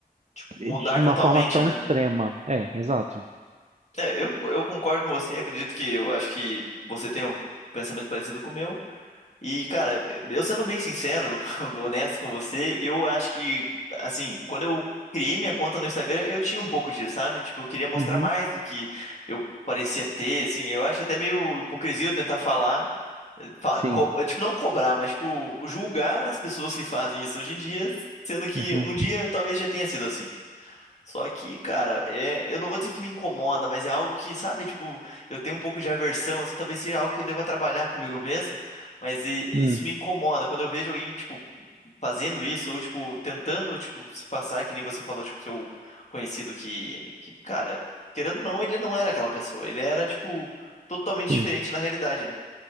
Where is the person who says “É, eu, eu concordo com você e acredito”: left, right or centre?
Left